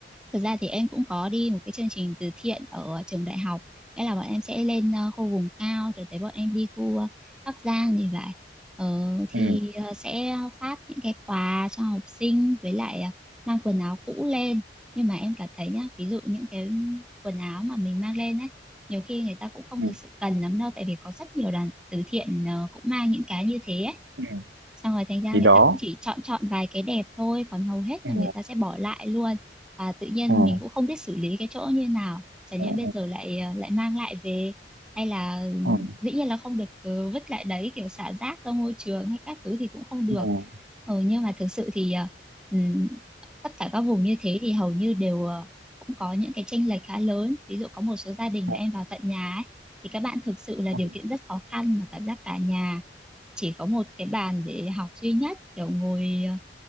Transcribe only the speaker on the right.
ừ,
ừ,
ừ.
thì
đó
ừ.
ừ.
ừ
ừ
ừ
ừ
ừ